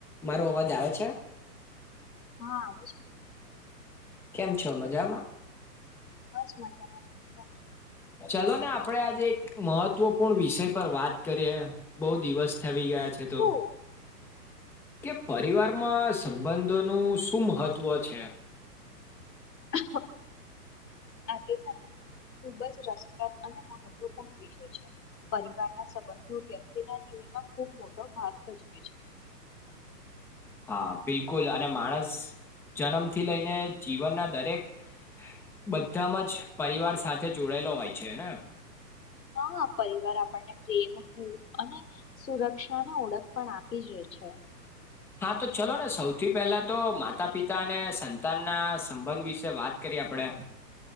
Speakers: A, in the centre; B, on the left.
A: મારો અવાજ ક આવે છે
B: હા આવે છે
A: કેમ છો મજામાં
B: <inaudible> તમે કેમ છો
A: ચલો ને આપડે આજે એક મહત્વપૂર્ણ વિષય પર વાત કરીએે બહુ દિવસ થવી ગયા છે તો
B: શું
A: કે પરિવારમાં સંબંધોનું શું મહત્ત્વ છે.
B: હ આ તો છે ને ખૂબ જ રસપ્રદ અને મહત્વપૂર્ણ વિષય છે પરિવારના સંબંધો વ્યક્તિના જીવનમાં ખૂબ મોટો ભાગ ભજવે છે.
A: હા બિલકુલ અને માણસ જન્મથી લઈને જીવનના દરેક બધામાં જ પરિવાર સાથે જોડાયેલો હોય છેને
B: હા પરિવાર આપણને પ્રેમ હૂફ અને સુરક્ષાને ઓળખ પણ આપી જ છે
A: હા તો ચલો ને સૌથી પહેલા તો માતા પિતા અને સંતાનના સંબંધ વિશે વાત કરીએ આપણેે